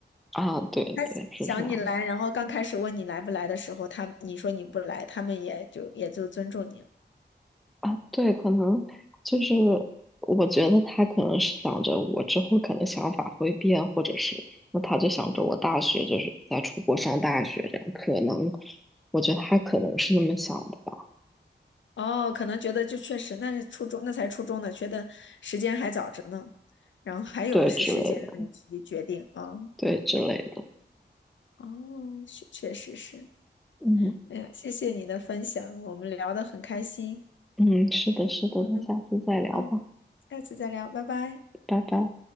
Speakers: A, in the centre; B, on the left (about 80°).
A: 啊，对对，
B: 他想你来，
A: 是这样的。
B: 然后刚开始问你来不来的时候，他你说你不来，他们也就也就尊重你了。
A: 啊，对，可能就是我觉得他可能是想着我之后可能想法会变，或者是那他就想着我大学就是在出国上大学这样，可能我觉得他可能是那么想的吧，
B: 哦，可能觉得就确实那是初中，那才初中呢，觉得时间还早着呢，然后还有的是时间让你自己决定啊。
A: 对之类的，对之类的，
B: 哦，确确实是。
A: 嗯
B: 哎呀，谢谢你的分享，我们聊得很开心。
A: 嗯，是的，是的，
B: 嗯嗯，
A: 那下次再聊吧，
B: 好，下次再聊，拜拜。
A: 拜拜。